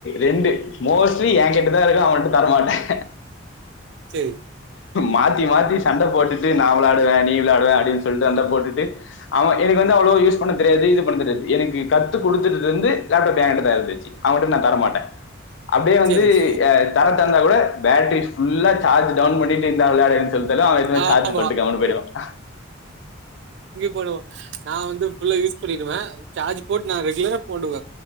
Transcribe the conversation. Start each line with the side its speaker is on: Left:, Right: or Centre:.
Left: ரெண்டு மோஸ்ட்லி என் கிட்ட தான் இருக்கும் அவன் தரமாட்டன்
Right: சேரி
Left: மாத்தி மாத்தி சண்டை போட்டுட்டு நான் விளாடுவேண் விளயாடுவேன் அப்படினு சொல்லிட்டு சண்ட போட்டுட்டு அவன் எனக்கு வந்து அவளுவோ யூஸ் பண்ண தெரியாது இது தெரியாது எனக்கு கத்துகொடுத்ததிலருந்து லேப்டாப் என் கிட்ட தான் இருந்துச்சு அவன் கிட்ட நான் தரமாட்டேன் அப்டியே வந்து
Right: சரி
Left: ஆஹ் தர தந்தா கூட பேட்ரி ஃபுல்லா சார்ஜ் டவுன் பண்ணிட்டு இந்தா விளையாடு தாலும் அவன் எடுத்துனுபோய்
Right: ஆமா
Left: சார்ஜ் பண்டு கம்முனு போயுடுவா <inaudible>
Right: போயிடுவா நா வந்து ஃபுல்லா யூஸ் சொல்லிடுவே சார்ஜ் போட் நா ரெகுலரா போடுவே